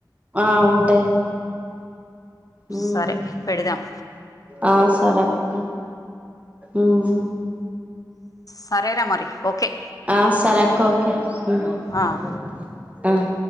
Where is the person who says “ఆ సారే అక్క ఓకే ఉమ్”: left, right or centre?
Right